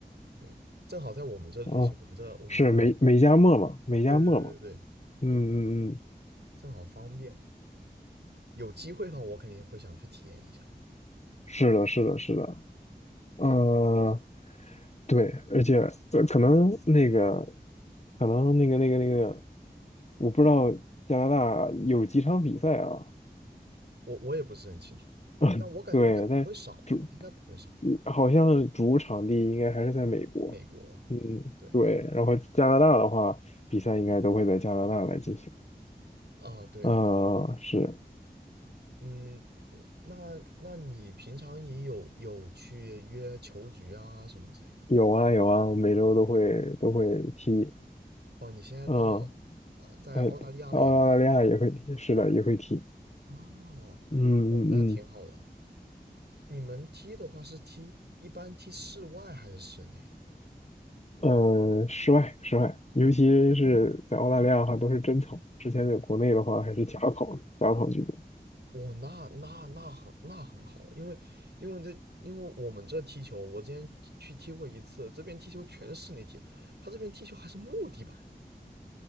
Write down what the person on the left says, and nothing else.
哦，
是美美加墨嘛，美加墨嘛。
嗯嗯嗯，
是的，是的，是的。呃，对，而且呃可能那个，可能那个那个那个，我不知道加拿大有几场比赛啊。
<laughs>
对，但主
嗯，好像主场地应该还是在美国，
嗯，
对。然后加拿大的话，比赛应该都会在加拿大来进行。
啊，
是
有啊有啊，我每周都会都会踢，
嗯，呃，哎澳大利亚也会踢，是的，也会踢。
嗯嗯
嗯，呃，室外室外，尤其是在澳大利亚的话，都是真草。之前在国内的话，还是假草，假草居多。